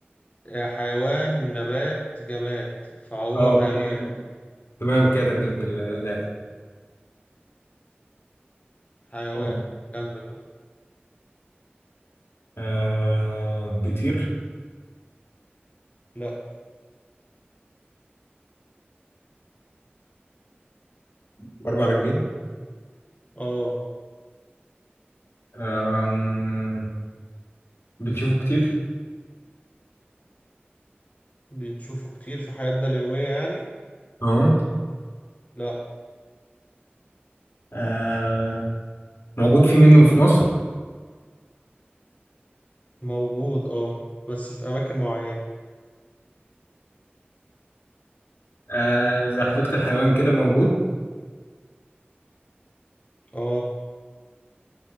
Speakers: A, on the left; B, on the left.
A: آه، حيوان نبات جماد فهو
B: آه، اوكي
A: حيوان
B: تمام كده ترجمة ال- اللعبة
A: حيوان
B: أوه.
A: كمل بقى
B: آه بيطير
A: لا
B: باربع رجلين
A: اه
B: آه بنشوفه كتير
A: بنشوفه كتير في حياتنا اليومية يعني
B: اه
A: لا
B: آه موجود في منه في مصر
A: موجود اه بس في أماكن معينة
B: آه زي حديقة الحيوان كده موجود
A: اه